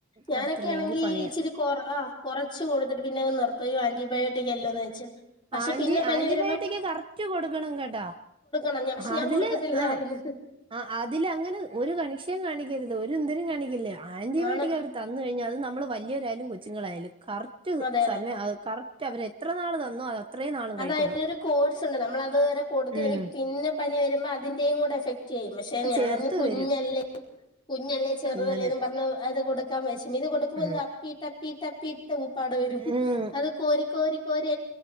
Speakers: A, on the left; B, on the right.
A: ഞാനൊക്കെ
B: കൊടുത്തില്ലെങ്കിൽ
A: ആണെങ്കി
B: പണിയാ
A: ഇച്ചിരി കൊറ ആ കുറച്ച് കൊടുത്തിട്ട് പിന്നെ അങ്ങ് നിർത്തോ ആന്റിബയോട്ടിക് എല്ലോന്ന് വെച്ച് പക്ഷെ
B: ആൻറി
A: പിന്നെ പനി
B: ആന്റിബയോട്ടിക്ക്
A: വരുമ്പോ
B: കറക്റ്റ് കൊടുക്കണം കേട്ടാ
A: ണഞ്ഞ പക്ഷെ ഞാൻ
B: അതില്
A: കൊടുക്കത്തില്ലായിരുന്നു
B: ആ ആ അതിൽ അങ്ങനെ ഒരു കണിക്ഷ്യയും കാണിക്കരുത് ഒ ഇന്തരും കാണിക്കില്ലേ ആന്റിബയോട്ടിക്
A: ആണ്
B: അവർ തന്ന കഴിഞ്ഞാ അത് നമ്മള് വലിയവരായാലും കൊച്ചുങ്ങളായാലും കറക്റ്റ്
A: അതെ അതെ
B: സമയം കറക്റ്റ് അവരെ എത്ര നാള് <unintelligible>
A: അത്
B: കഴിക്കണം
A: അതിനൊരു കോഴ്സ് ഉണ്ട് നമ്മള അത് വരെ കൊടുത്തില്ലെങ്കി
B: ഉം
A: പിന്നെ പനി വരുമ്പോ അതിന്റെയും കൂടെ എഫക്ട് ചെയ്യും പക്ഷെ
B: അത്
A: ഞാൻ
B: ചേർത്ത്
A: കുഞ്ഞല്ലേ
B: വരും
A: കുഞ്ഞല്ലേ ചെറുതല്ലേന്ന്
B: അങ്ങനെ
A: പറഞ് അത് കൊടുക്കാൻ വിശം ഇത് കൊടുക്കുമ്പോ
B: ഉം
A: അപ്പിട്ടപ്പിട്ടപ്പി പ്പാട വരും
B: ഉം
A: അത് കോരി കോരി കോരി